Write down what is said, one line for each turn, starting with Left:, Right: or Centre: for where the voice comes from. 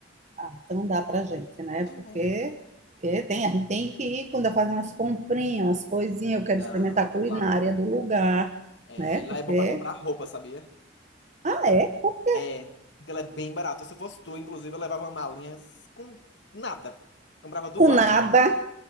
Right: Ah, então dá pra gente, né?
Left: É.
Right: Porque, porque tem, a gente tem que ir quando eu fazer umas comprinhas, umas coisinhas, eu quero
Left: Não,
Right: experimentar a culinária
Left: claro.
Right: do lugar,
Left: É,
Right: né?
Left: e
Right: Porque,
Left: lá é bom pra comprar roupa, sabia?
Right: ah, é, porque
Left: É, porque ela é bem barata. Se eu fosse tu, inclusive, eu levava uma malinha com nada. Comprava tudo
Right: com
Left: lá.
Right: nada,